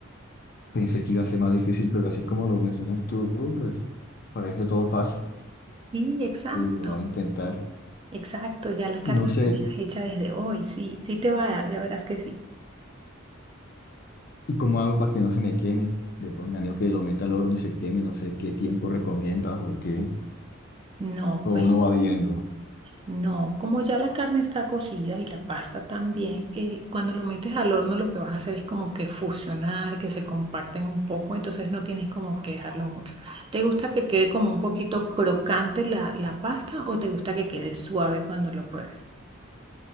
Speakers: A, on the left; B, on the right.
A: Pensé que iba a ser más difícil, pero así como lo mencionas tú, pues, parece todo fácil,
B: Sí, exacto,
A: que lo va a intentar.
B: exacto. Ya la carne
A: No sé,
B: la dejas hecha desde hoy. Sí, sí te va a dar, ya verás que sí.
A: ¿y cómo hago para que no se me queme? De pronto, anillo que lo meta al horno y se queme, no sé qué tiempo recomiendas o qué,
B: No,
A: o
B: ve.
A: uno va viendo.
B: No, como ya la carne está cocida y la pasta también, eh, cuando lo metes al horno lo que vas a hacer es como que fusionar, que se comparten un poco, entonces no tienes como que dejarlo mucho. ¿Te gusta que quede como un poquito crocante la, la pasta o te gusta que quede suave cuando lo pruebes?